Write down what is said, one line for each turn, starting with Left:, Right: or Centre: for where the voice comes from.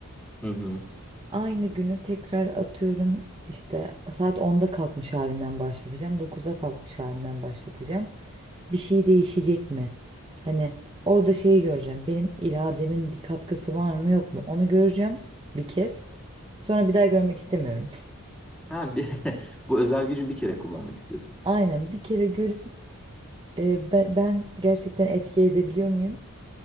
Centre: Hı hı.
Right: Aynı günü tekrar atıyorum işte saat onda kalkmış halimden başlatacağım. dokuzda kalkmış halimden başlatacağım. Bir şey değişecek mi? Hani orada şeyi göreceğim. Benim irademin bir katkısı var mı yok mu? Onu göreceğim bir kez. Sonra bir daha görmek istemiyorum.
Centre: Ha, bir- <laughs> bu özel gücü bir kere kullanmak istiyorsun.
Right: <laughs> Aynen bir kere görüp e, be- ben gerçekten etki edebiliyor muyum?